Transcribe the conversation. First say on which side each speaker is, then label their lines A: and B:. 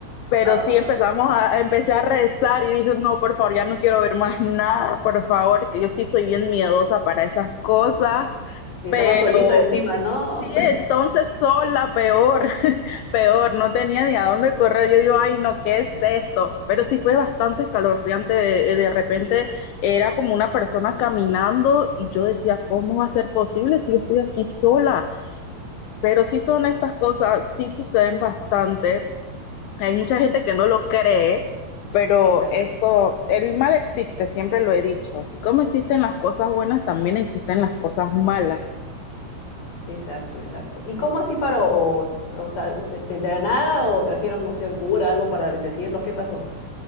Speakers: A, on the left; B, on the left.
A: pero
B: ah,
A: sí empezamos a, empecé a rezar y dije, no, por favor, ya no quiero ver más nada, por favor, que yo sí soy bien miedosa para esas cosas,
B: y está
A: pero
B: más solita encima, no.
A: Sí, entonces son la peor, <laughs> peor, no tenía ni a dónde correr. Yo, yo, ay, no, ¿qué es esto? Pero sí fue bastante escalofriante. eh, De repente era como una persona caminando y yo decía, ¿cómo va a ser posible si yo estoy aquí sola? Pero sí son estas cosas, sí suceden bastante. Hay mucha gente que no lo cree, pero
B: Es verdad,
A: esto, el mal existe, siempre lo he dicho. Así como existen las cosas buenas, también existen las cosas malas.
B: exacto, exacto. ¿Y cómo así paró? O, o sea, este, ¿de la nada o trajeron, no sé, un cura, algo para bendecirlos? ¿Qué pasó?